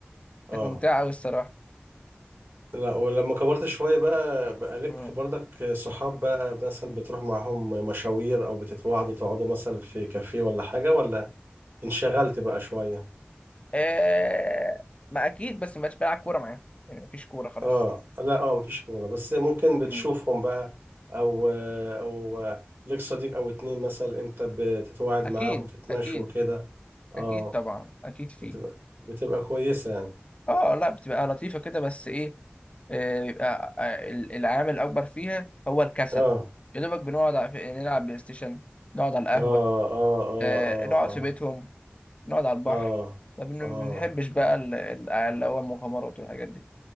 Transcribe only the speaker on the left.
كانت ممتعة أوي الصراحة
مم.
آه... ما أكيد بس ما بقتش بلعب كورة معاهم يعني مفيش كورة خلاص
مم.
أكيد
أكيد
أكيد طبعا أكيد فيه
اه لا بتبقى لطيفة كده بس إيه آه، بيبقى آه، ال- العامل الأكبر فيها هو الكسل
يا دوبك بنقعد على... نلعب بلاي ستيشن نقعد على القهوة
آه...
نقعد
في بيتهم نقعد على البحر
ما بن-
بنحبش
بقى ال- ال- اللي هو المغامرات والحاجات دي